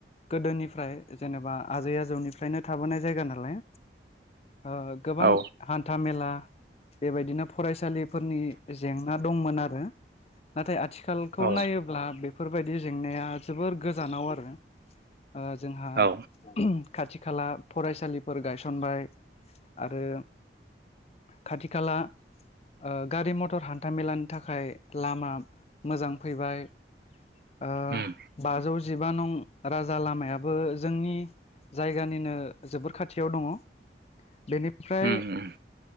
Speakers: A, on the left; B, on the right.
A: गोदोनिफ्राय जेनेबा आजै आजौनिफ्रायनो थाबोनाय जायगा नालाय, ओ गोबां
B: औ
A: हान्था मेला बेबायदिनो फरायसालिफोरनि जेंना दंमोन आरो। नाथाय आथिखालखौ
B: औ
A: नायोब्ला बेफोरबायदि जेंनाया जोबोर गोजानाव आरो। ओ जोंहा
B: औ
A: <unintelligible> खाथि खाला फरायसालिफोर गायसनबाय आरो खाथि खाला ओ गारि मथर हान्थामेलानि थाखाय लामा मोजां फैबाय ओ
B: उम
A: बाजौ जिबा नं राजा लामायाबो जोंनि जायगानिनो जोबोर खाथियाव दङ'। बेनिफ्राय
B: उम उम